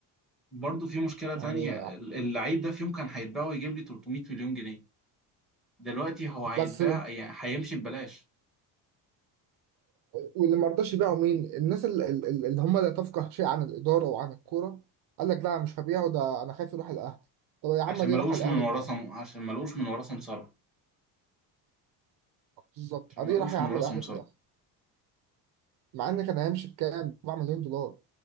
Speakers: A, in the centre; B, on the right (about 55°).
A: برضه في مشكلة تانية
B: يعني
A: ال- اللعيب ده في يوم كان هيتباع ويجيب لي 300 مليون جنيه دلوقتي هو هيتباع
B: بس
A: يعني هيمشي ببلاش
B: واللي ما رضاش يبيعوا مين الناس اللي, اللي هم لا تفقه شيء عن الاداره وعن الكوره قال لك لا مش هبيعه ده انا خايف يروح الاهلي طب يا عم
A: عشان
B: دي
A: ما
B: راح
A: لقوش
B: الاهلي
A: من وراه
B: في الاخر
A: سم... عشان ما لقوش من وراه سمسرة
B: بالظبط
A: عشان
B: ادي
A: ما لقوش
B: راح يا عم
A: من وراه
B: الاهلي
A: سمسرة
B: في الاخر مع ان كان هيمشي بكام 4 مليون دولار